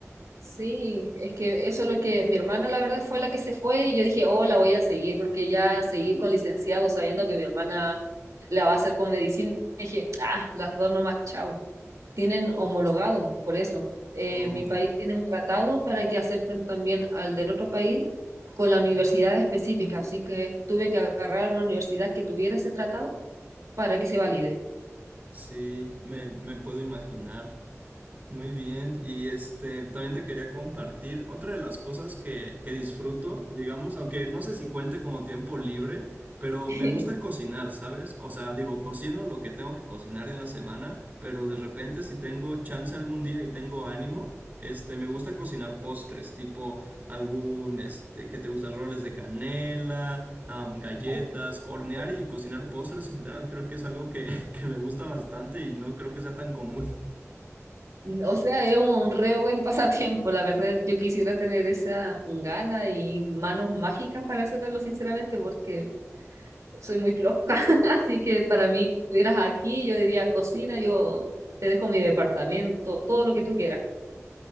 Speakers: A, on the right; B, on the right.
A: sí, es que eso es lo que mi hermana, la verdad, fue la que se fue y yo dije, oh, la voy a seguir, porque ya seguir con licenciado sabiendo que mi hermana la va a hacer con medicina. Dije, ah, las dos nomás, chao. tienen homologado, por eso. Eh,
B: Oh,
A: mi país
B: ya.
A: tiene un tratado para que acepten también al del otro país con la universidad específica, así que tuve que agarrar una universidad que tuviera ese tratado para que se valide.
B: Sí, me, me puedo imaginar. Muy bien, y este, también te quería compartir otra de las cosas que, que disfruto, digamos, aunque no sé si cuente como tiempo libre, pero
A: <laughs>
B: me gusta cocinar, ¿sabes? O sea, digo, cocino lo que tengo que cocinar en la semana, pero de repente si tengo chance algún día y tengo ánimo, este, me gusta cocinar postres, tipo algún, este, que te gustan roles de canela, am, galletas,
A: Ay, qué
B: hornear
A: loco.
B: y cocinar postres en general, creo que es algo que, <laughs> que me gusta bastante y no creo que sea tan común.
A: O sea, es un re buen <laughs> pasatiempo, la verdad. Yo quisiera tener esa gana y manos mágicas para hacerlo, sinceramente, porque soy muy floja. <laughs> Así que para mí, si estuvieras aquí, yo diría cocina, yo te dejo mi departamento, todo lo que tú quieras.